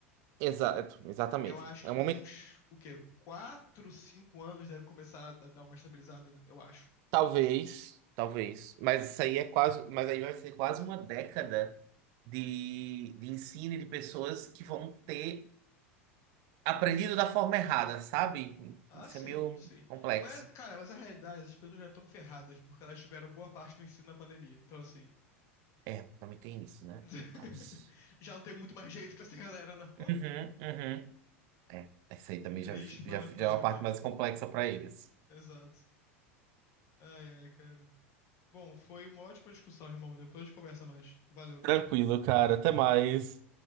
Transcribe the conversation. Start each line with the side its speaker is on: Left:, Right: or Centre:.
Right: Exato, exatamente.
Left: E eu acho
Right: É
Left: que
Right: um
Left: em
Right: momento,
Left: uns, o quê? Quatro, cinco anos deve começar a dar uma estabilizada, né? Eu acho.
Right: talvez, talvez, mas isso aí é quase, mas aí vai ser quase uma década de, de ensino e de pessoas que vão ter aprendido da forma errada, sabe?
Left: Ah,
Right: Isso
Left: sim,
Right: é meio
Left: sim.
Right: complexo.
Left: Mas, cara, mas a realidade, essas pessoas já estão ferradas porque elas tiveram boa parte do ensino na pandemia. Então, assim,
Right: É, também tem isso, né?
Left: <laughs>
Right: Coitados.
Left: já não tem muito mais jeito com essa galera, não.
Right: Uhum, uhum. É, essa aí
Left: É
Right: também
Left: triste,
Right: já,
Left: mas
Right: já,
Left: fazer
Right: já é uma
Left: o
Right: parte
Left: quê?
Right: mais complexa para eles.
Left: Exato. Ai, ai, cara. Bom, foi uma ótima discussão, irmão. Depois a gente conversa mais. Valeu, cara.
Right: Tranquilo, cara. Até mais.